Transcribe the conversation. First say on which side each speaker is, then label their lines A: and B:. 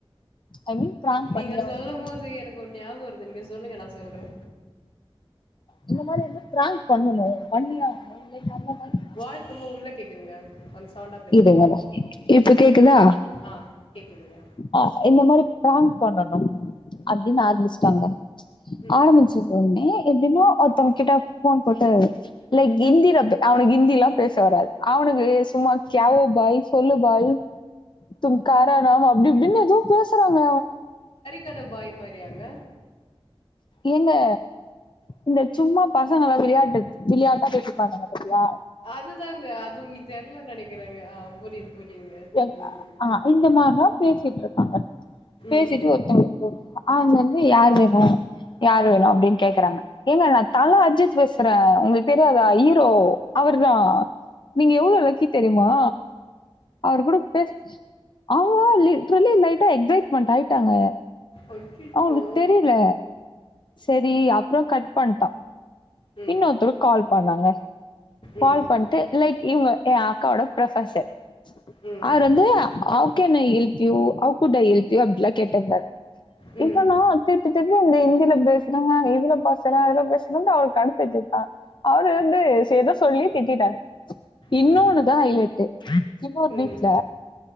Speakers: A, on the left; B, on the left.
A: ஐ மீன் பிராங்க்
B: நீங்க
A: பண்ணி ஆவணு
B: சொல்லும் போது எனக் ஒரு ஞாப வருது நீங்க சொல்லுங்க நா சொல்றே
A: இந்த மாரி வந்து பிராங்க் பண்ணணு பண்ணியே ஆகணு இந்த மாரி <inaudible>
B: வாய்ஸ் ரொம்ப உள்ள கேக்குதுங்க கொஞ்சோ சவுண்டா பேசுங்க
A: இதோ வரே இப்ப கேக்குதா
B: ஆ கேக்குதுங்க
A: அ இந்த மாரி பிராங்க் பண்ணணு அப்டின் ஆரபிச்சுடாங்க ஆரம்பிச்சதொன்னே
B: ம்
A: எப்டினா ஒருத்தவங்க கிட்ட ஃபோன் போட்டு லைக் ஹிந்தில ப் அவனுக்கு ஹிந்திலா பேச வராது அவனுக்கு சும்மா க்யாவோ பாய்ஸ் சொல்லு பாய் தும் காரா நாம் அப்டி இப்டின்னு எதோ பேசறாங்க
B: கட பாய் மாறியாங்க
A: ஏங்க இந்த சும்மா பசங்களா விளையாட்டு விளையாட்டா பேசிருப்பாங்கங்க பத்தியா
B: அதுதாங்க அது உங்ளுக்கு தெர்லன் நெனைக்கிரேங்க ஆ புரியது புரியுதுங்க
A: என்
B: ம்
A: ஆ இந்த மாரிதா பேசிட்டு இருக்காங்க பேசிட்டு
B: ம்
A: ஒருத்தங்களுக்கு அவுங்க வந்து யார் வேணு யார் வேணு அப்டின் கேக்குறாங்க ஏங்க நா தல அஜித் பேசுறே உங்ளுக்கு தெரியாதா ஈரோ அவருதா நீங்க எவ்ளோ லக்கி தெரியுமா அவரு கூட பேச அவங்கல்ல லிட்ரலி லைட்டா எக்ஸைட்மென்ட் ஆயிட்டாங்க
B: அச்சச்சோ
A: அவங்களுக்கு தெரியல சரி அப்பற கட் பண்ட்டா
B: ம்
A: இன்னொருத்தருக் கால் பண்ணாங்க
B: ம்
A: கால் பண் ட்டு லைக் இவுங்க எ அக்காவோட ப்ரபசர்
B: ம்
A: அவரு வந்து how can I help you how could I help you அப்டிலா கேட்டாங்க
B: ம்
A: இப்பன்னா திருப்பி திருப்பி இந்த ஹிந்தில பேசுனா இதுல பாசற அதுல பேசறன்ட்டு அவள கடுப்பேத்திவுட்டா அவரு வந்து சேத சொல்லி திட்டிட்டாரு இன்னொனுதா
B: அச்ச
A: ஐலைட்டு இன்னொரு
B: ம்
A: வீட்ல